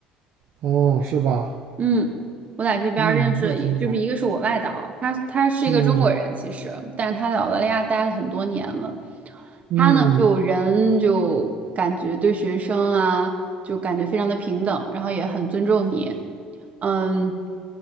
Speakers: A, on the right; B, on the right.
A: 哦，是吧？
B: 嗯，我在这边儿认识，
A: 嗯，那挺好。
B: 一就是一个是我外导，他他是一个中国人，
A: 嗯
B: 其实，但是他在澳大利亚待了很多年了。
A: 嗯，
B: 他呢，就人就感觉对学生啊，就感觉非常的平等，然后也很尊重你。嗯，